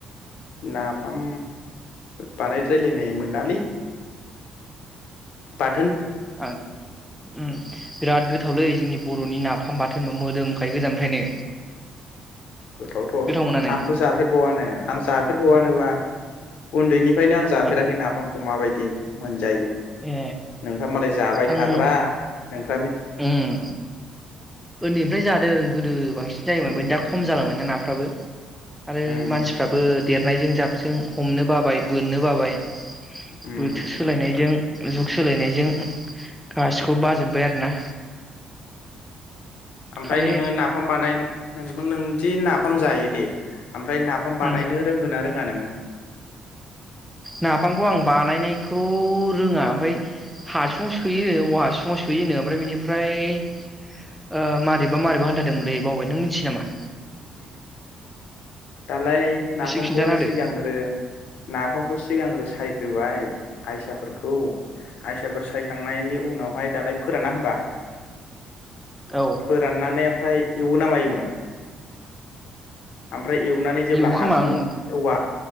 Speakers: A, on the left; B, in the centre.
A: नाफाम बानायद्रायलायनाय मोनालै बा
B: औ उम बिराद गोथावलै जोंनि बरनि नाफामा जेनेबा मोदोमखायो गोजाननिफ्रायनो।
A: गोथावथ
B: गोथाव मोना नों
A: आंथ जाफेरबावानो आं जाफेरबावानो वा उन्दैनि फायनो आं जाफेराखै
B: मा
A: नाफामखौ माबाय दे मोन जायो
B: ए
A: नोंथाङा मालाय जाबाय
B: आं
A: थाग्रा ओं
B: उम ओन्दै ओमफ्राय जादों। गोदो बाय जायोमोन ओमफाय
A: उम
B: दा खम जालांबायना ना थाबो आरो
A: उम
B: मानसिफ्राबो देरनायजों जाबजों हमनो बाबाय बोननो बाबाय।
A: उम
B: बोथोर सोलायनायजों जुग सोलायनायजों गासिखौबो बाजोब्बाय आरो ना
A: ओमफ्राय
B: खालि
A: नोङो नाफाम बानाय नोंबो नों दि नाफाम जायो दे ओमफ्राय नाफाम
B: उम
A: बानायनो रोंगोना रोङा नोङो?
B: नाफामखौ आं बानायनायखौ रोङा ओमफ्राय हासुङाव सोयो औवा हासुङाव सोयो होनो ओमफ्राय बिनिफ्राय ओ मारैबा मारैबा होनथादोंमोनलै बावबाय नों मिथियो नामा?
A: उम दालाय नाफामखौहाय
B: एसे खिन्थाना होदो
A: सिगांग्रो नाफामखौ सिगांग्रो सायख सग्रोबाय आइसाफोरखौ आइसाफोर सायखांनायनि उनावहाय दालाय फोराना होनोमबा
B: औ
A: फोराननानै ओमफ्राय एवोना मायोमोन? ओमफ्राय एवनानै जेब्ला
B: एवो
A: हासुं
B: खोमा आं उम
A: औवा